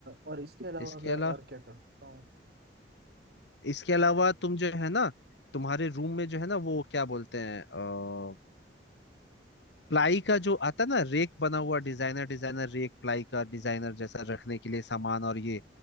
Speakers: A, on the right; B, on the left.
A: और इसके अलावा
B: इसके
A: मैं
B: अलावा
A: और क्या कर सकता हूँ
B: इसके अलावा तुम जो है ना तुम्हारे रूम में जो है ना वो क्या बोलते हैं अ, प्लाई का जो आता ना रेक बना हुआ डिजाइनर डिजाइनर रेक प्लाई का डिजाइनर जैसा रखने के लिए सामान और ये